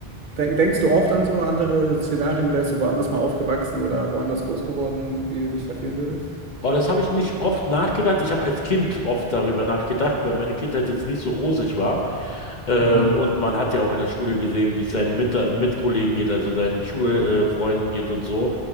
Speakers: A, on the right; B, on the left.
A: denk denkst du oft an so andere Szenarien, wärst du woanders mal aufgewachsen oder woanders groß geworden, wie du dich da fühlen würdest?
B: Oh, das habe ich nicht oft nachgedacht. Ich habe als Kind oft darüber nachgedacht, weil meine Kindheit jetzt nicht so rosig war. Ähm,
A: Mhm.
B: und man hat ja auch in der Schule gesehen, wie es seinen Mit Mitkollegen geht, also seinen Schulfreunden äh, Freunden geht und so.